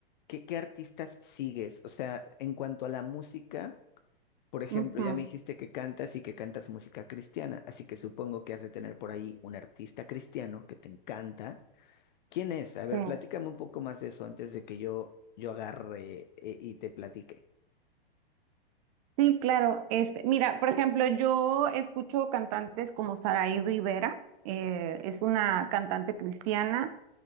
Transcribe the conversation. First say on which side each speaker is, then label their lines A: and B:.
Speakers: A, on the left; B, on the right.
A: qué, qué artistas sigues. O sea, en cuanto a la música, por ejemplo,
B: ujú,
A: ya me dijiste que cantas y que cantas música cristiana, así que supongo que has de tener por ahí un artista cristiano que te encanta. ¿Quién es? A ver,
B: sí.
A: platícame un poco más de eso antes de que yo, yo agarre eh, y te platique.
B: Sí, claro. Este, mira, por ejemplo, yo escucho cantantes como Saraí Rivera, eh, es una cantante cristiana.